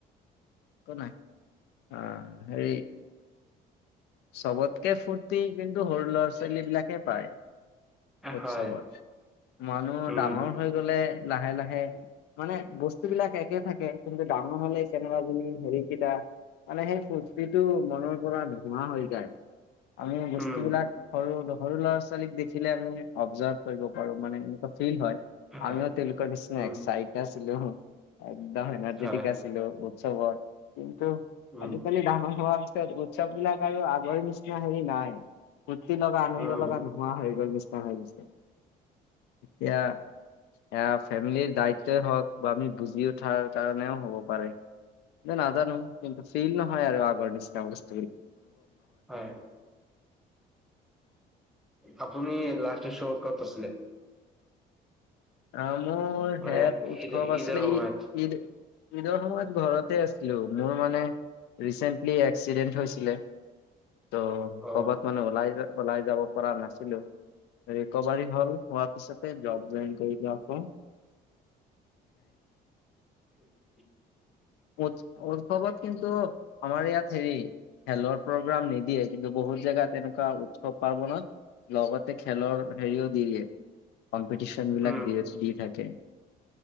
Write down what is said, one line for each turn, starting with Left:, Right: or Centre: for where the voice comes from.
Left: কোৱা নাই অ হেৰি চবতকে ফূুৰ্তি কিন্তু সৰু ল'ৰা ছোৱালী বিলাকে পায়। উৎসৱত
Centre: হয়,
Left: মানুহ
Centre: উম,
Left: ডাঙৰ হৈ গলে লাহে লাহে মানে বস্তুবিলাক একে থাকে কিন্তু ডাঙৰ হলে কেনেৰা বুলি হেৰিকেইটা মানে সেই ফূুৰ্তিটো মনৰ পৰা ন নোৱা হৈ গায় আমি বস্তু
Centre: উম,
Left: বিলাক সৰু সৰু ল'ৰা-ছোৱালীক দেখিলে আমি অৱজাৰ্ভ কৰিব পাৰো মানে এনেকুৱা ফিল হয়।
Centre: হয়,
Left: আমিও তেনেকুৱা নিচিনাএক্সাইজ
Centre: উম,
Left: আছিলো একদম এনাৰ্জেটিক
Centre: হয়,
Left: আছিলো। চবৰ কিন্তু
Centre: উম,
Left: আজিকালি ডাঙৰ হোৱা <unintelligible> চব বিলাক আৰু আগৰ নিচিনা হেৰি নাই ফূৰ্তি লগা আনন্দ
Centre: উম,
Left: লগা নোহোৱা হৈ গ'ল নিচিনা। পাহৰিছে, এতিয়া এ ফেমিলিৰ দায়িত্বই হওক বা আমি বুজি উঠাৰ কাৰণেও হ'ব পাৰে। ন নাজানো কিন্তু ফেইিল নহয় আৰু আগৰ নিচিনা বস্ত
Centre: হয় আপুনি লা <unintelligible> ফছিলে
Left: আহ মোৰ শেষ
Centre: মানে
Left: উৎসৱ
Centre: ঈদ
Left: আছিলে
Centre: ঈদৰ সময়ত?
Left: ইঈ ঈদ ঈদৰ সময়ত ঘৰতে আছিলো। মোৰ মানে ৰিচেণ্টলি এক্সিডেণ্ট হৈছিলে। ত'
Centre: অ',
Left: কৰ'বাত মানে ওলাই ওলাই যাব পৰা নাছিলো ৰিকভাৰী হ'ল হোৱা পিছতে জব জইন কৰি লোৱা আক
Centre: <unintelligible>
Left: উৎসৱত কিন্তু আমাৰ ইয়াত হেৰি খেলৰ প্ৰগ্ৰাম নিদিয়ে কিন্তু বহুত জেগা তেনেকোৱো উৎসৱ পাৰ্বনত লগতে খেলৰ হেৰিও দি দিয়ে কম্পিটিশন বিলাক
Centre: উম।
Left: দিয়ে দি থাকে